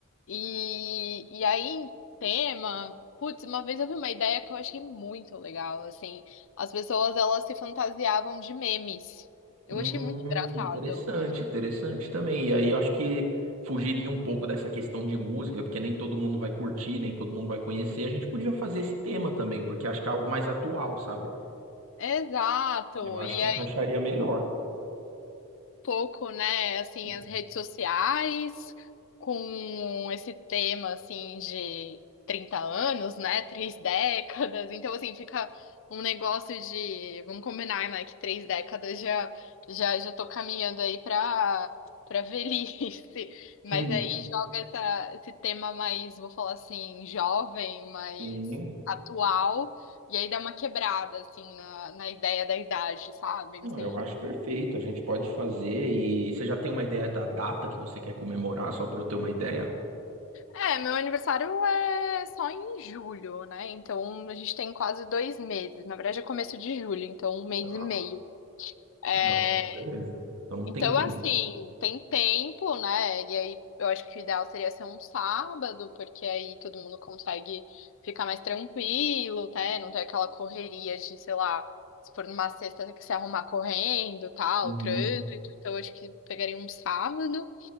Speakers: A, on the left; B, on the right.
A: E, e aí, em tema, putz, uma vez eu vi uma ideia que eu achei muito legal, assim, as pessoas, elas se fantasiavam de memes. Eu
B: Hum,
A: achei muito engraçado.
B: interessante, interessante também. E aí eu acho que fugiria um pouco dessa questão de música, porque nem todo mundo vai curtir, nem todo mundo vai conhecer. A gente podia fazer esse tema também, porque acho que é algo mais atual, sabe?
A: Exato.
B: Eu acho
A: E
B: que encaixaria melhor.
A: pouco, né, assim,
B: Uhum.
A: as redes sociais com esse tema, assim, de 30 anos, né, <laughs> três décadas. Então, assim, fica um negócio de, vamos combinar, né, que três décadas já já já tô caminhando aí para para velhice. <laughs> Mas
B: Hum,
A: aí joga essa, esse tema mais, vou falar assim, jovem, mais
B: Sim.
A: atual, e aí dá uma quebrada, assim, na, na ideia da idade, sabe?
B: Não,
A: Não sei
B: eu acho perfeito. A gente pode fazer. E você já tem uma ideia da data que você quer comemorar, só para eu ter uma ideia?
A: É, meu aniversário é só em julho, né? Então a gente tem quase dois meses. Na verdade, é começo de julho, então um mês
B: Tá.
A: e meio. É,
B: Não, beleza. Então não
A: Então,
B: tem tempo.
A: assim, tem tempo, né? E aí eu acho que o ideal seria ser um sábado, porque aí todo mundo consegue ficar mais tranquilo, né? Não ter aquela correria de, sei lá, se for numa sexta, ter que se arrumar correndo, tal,
B: Uhum.
A: trânsito. Então, eu acho que pegaria um sábado.